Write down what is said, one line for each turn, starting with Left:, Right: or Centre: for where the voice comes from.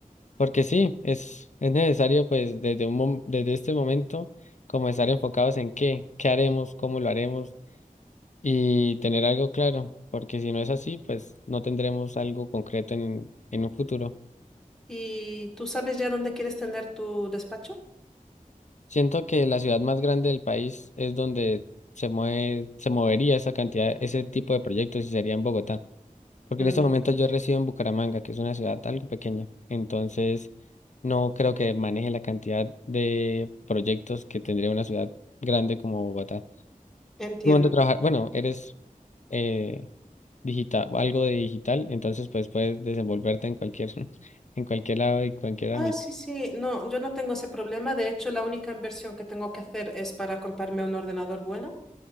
Left: porque sí, es, es necesario pues desde un mom- desde este momento comenzar enfocados en qué, qué haremos, cómo lo haremos. y tener algo claro, porque si no es así, pues no tendremos algo concreto en, en un futuro.
Centre: ¿Y tú sabes ya dónde quieres tener tu despacho?
Left: Siento que la ciudad más grande del país es donde se mueve, se movería esa cantidad, ese tipo de proyectos y sería en Bogotá, porque
Centre: Mm,
Left: en este momento yo resido en Bucaramanga, que es una ciudad algo pequeña, entonces no creo que maneje la cantidad de proyectos que tendría una ciudad grande como Bogotá.
Centre: entiendo.
Left: ¿Tú dónde trabajas? Bueno, eres eh, digital, algo de digital, entonces pues puedes desenvolverte en cualquier, <laughs> en cualquier lado y cualquier ámbito.
Centre: Ah, sí, sí, no, yo no tengo ese problema. De hecho, la única inversión que tengo que hacer es para comprarme un ordenador bueno